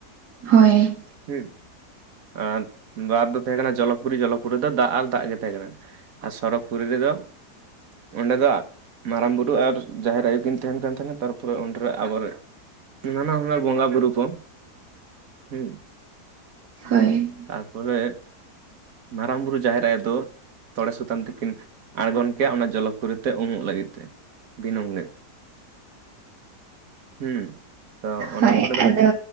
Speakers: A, on the right; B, on the right.
A: ᱦᱳᱭ᱾
B: ᱦᱩᱸ, ᱟᱨ ᱵᱟᱨ ᱫᱚ ᱛᱟᱦᱮᱸ ᱠᱟᱱᱟ ᱡᱚᱞᱚ ᱯᱩᱨᱤ, ᱡᱚᱞᱚ ᱯᱩᱨᱤ ᱨᱮᱫᱚ ᱫᱟᱜ ᱟᱨ ᱫᱟᱜ ᱜᱮ ᱛᱟᱦᱮᱸ ᱠᱟᱱᱟ᱾ ᱟᱨ ᱥᱚᱨᱚᱜᱽ ᱯᱩᱨᱤ ᱨᱮᱫᱚ ᱚᱸᱰᱮ ᱫᱚ ᱟ ᱢᱟᱨᱟᱝ ᱵᱩᱨᱩ ᱟᱨ ᱡᱟᱦᱮᱨ ᱟᱭᱳ ᱠᱤᱱ ᱛᱟᱦᱮᱱ ᱠᱟᱱ ᱛᱟᱦᱮᱸᱱᱟ, ᱛᱟᱨᱯᱚᱨᱮ ᱚᱸᱰᱨᱮ ᱟᱵᱳ ᱨᱮ, ᱱᱟᱱᱟ ᱦᱩᱱᱟᱹᱨ ᱵᱚᱸᱜᱟ ᱵᱩᱨᱩ ᱠᱚ ᱦᱩᱸ
A: ᱦᱳᱭ᱾
B: ᱛᱟᱨᱯᱚᱨᱮᱜ ᱢᱟᱨᱟᱝ ᱵᱩᱨᱩ ᱡᱟᱦᱮᱨ ᱟᱭᱳ ᱫᱚ ᱛᱚᱲᱮ ᱥᱩᱛᱟᱹᱢ ᱛᱮᱠᱤᱱ ᱟᱬᱜᱚᱱ ᱠᱮᱭᱟ ᱚᱱᱟ ᱡᱚᱞᱚ ᱯᱩᱨᱤ ᱛᱮ ᱩᱢᱩᱜ ᱞᱟᱹᱜᱤᱫ ᱛᱮ, ᱫᱤᱱᱟᱹᱢ ᱦᱤᱞᱟᱹᱜ᱾ ᱦᱩᱸ ᱛᱚ ᱚᱱᱟ
A: ᱦᱳᱭ
B: ᱯᱚᱨᱮ
A: ᱟᱫᱚ